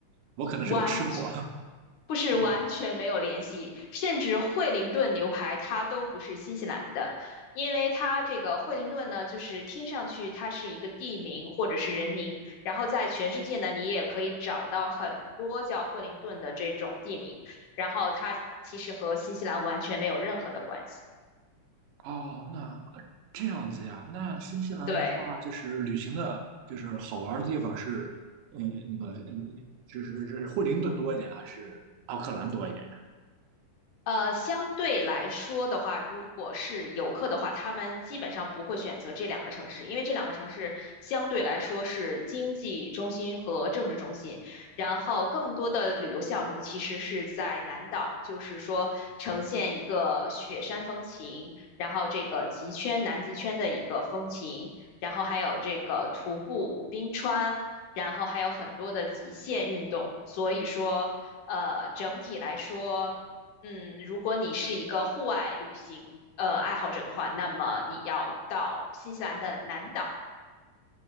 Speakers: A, on the right; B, on the left.
A: 我可能是个吃货，
B: 完，
A: <laughs>
B: 不是完全没有联系，
A: 是吧？
B: 甚至惠灵顿牛排它都不是新西兰的，因为它这个惠灵顿呢，就是听上去它是一个地名或者是人名，然后在全世界呢，你也可以找到很多叫惠灵顿的这种地名，然后它其实和新西兰完全没有任何的关系。
A: 哦，那这样子呀，那新西兰的话，
B: 对。
A: 就是旅行的，就是好玩儿的地方是，嗯，那个，嗯，就是是惠灵顿多一点，还是奥克兰多一点呀？
B: 呃，相对来说的话，如果是游客的话，他们基本上不会选择这两个城市，因为这两个城市相对来说是经济中心和政治中心。然后，更多的旅游项目其实是在南岛，就是说呈现一个雪山风情，然后这个极圈、南极圈的一个风情，然后还有这个徒步冰川，然后还有很多的极限运动。所以说。呃，整体来说，嗯，如果你是一个户外旅行呃爱好者的话，那么你要到新西兰的南岛。